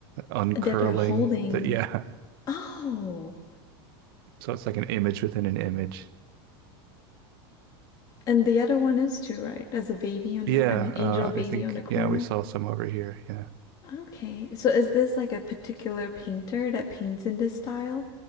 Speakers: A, on the right (about 55°); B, on the left (about 25°).
A: uncurling
B: That they're holding.
A: That <laughs> yeah.
B: Oh,
A: So it's like an image within an image.
B: and the other one is too, right? As a baby on
A: Yeah,
B: the, I mean, angel
A: uh,
B: baby
A: I think
B: on the corner.
A: yeah, we saw some over here. Yeah.
B: Okay. So is this like a particular painter that paints in this style?